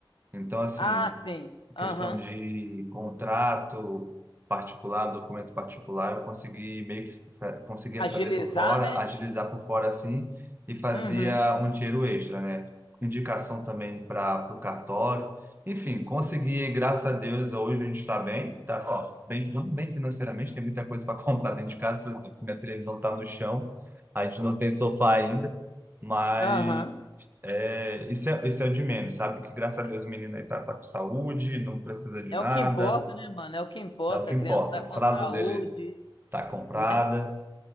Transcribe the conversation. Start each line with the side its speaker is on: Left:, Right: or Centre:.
Right: Então, assim,
Left: Ah, sim. Aham.
Right: questão de contrato particular, documento particular, eu consegui meio que fa- conseguia
Left: Agilizar,
Right: fazer por fora,
Left: né?
Right: agilizar por fora assim e fazia
Left: Uhum.
Right: um dinheiro extra, né? Indicação também para o cartório. Enfim, consegui, graças a Deus, hoje a gente está bem, tá só bem, não bem financeiramente, tem muita coisa para <laughs> comprar dentro de casa, por exemplo, minha televisão está no chão, a gente não tem sofá ainda, mas
Left: Aham.
Right: é, isso é, isso é o de menos, sabe? Que graças a Deus o menino aí tá, tá com saúde, não precisa de
Left: É
Right: nada,
Left: o que importa, né, mano? É o que importa.
Right: é o que
Left: A
Right: importa.
Left: criança tá
Right: A
Left: com
Right: fralda
Left: saúde,
Right: dele tá comprada,
Left: né?